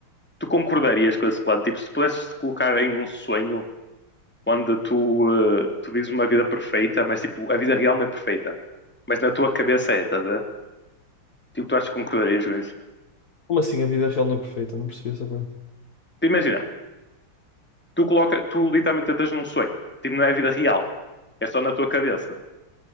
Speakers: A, in the centre; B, on the left (about 45°).
A: tu concordarias com esse plano? Tipo, se tu pudesses te colocar em um sonho onde tu, eh, tu vives uma vida perfeita, mas tipo, a vida real não é perfeita. Mas na tua cabeça é, estás a ver? Tipo, tu achas que concordarias com isso?
B: Como assim a vida real não é perfeita? Não percebi essa parte.
A: Tu imagina, tu coloca, tu literalmente estás num sonho. Tipo, não é a vida real. É só na tua cabeça.